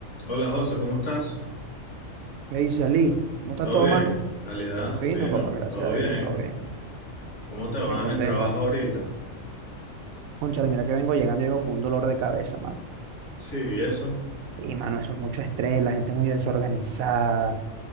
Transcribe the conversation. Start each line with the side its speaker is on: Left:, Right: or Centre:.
Left: Hola José, ¿cómo estás?
Right: ¿Qué dice Ali? ¿Cómo está
Left: ¿Todo
Right: todo,
Left: bien?
Right: mano?
Left: ¿Calidad?
Right: Todo fino,
Left: Fino,
Right: papá, gracias
Left: todo bien.
Right: a Dios, todo bien.
Left: ¿Cómo te va
Right: Me contenta.
Left: en el trabajo ahorita?
Right: Cónchale, mira que vengo llegando y vengo con un dolor de cabeza, mano.
Left: Sí, ¿y eso?
Right: Sí, mano, eso es mucho estrés, la gente es muy desorganizada.